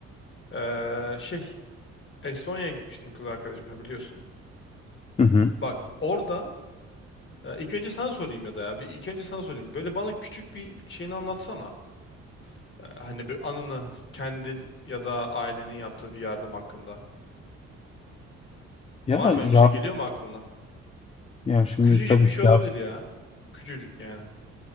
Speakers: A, on the left (about 40°); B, on the left (about 20°).
A: Ee, şey Estonya'ya gitmiştim kız arkadaşımla biliyorsun.
B: Hı hı.
A: Bak orada e, ilk önce sana sorayım ya da ya bir ilk önce sana sorayım. Böyle bana küçük bir şeyini anlatsana. E, Hani bir anını kendin ya da ailenin yaptığı bir yardım hakkında.
B: Ya
A: Var mı
B: ya
A: öyle bir şey? Geliyor mu aklına?
B: ya şimdi
A: Küçücük
B: tabii
A: bir şey olabilir
B: ya
A: ya. Küçücük yani.